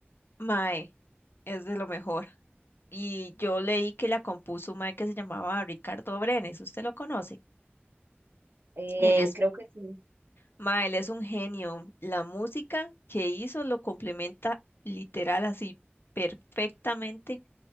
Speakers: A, on the left; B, on the right.
A: Mae, es de lo mejor. Y yo leí que la compuso un mae que se llamaba Ricardo Brenes, ¿usted lo conoce?
B: Eh,
A: Él es
B: creo que sí.
A: Ma, él es un genio. La música que hizo lo complementa literal así perfectamente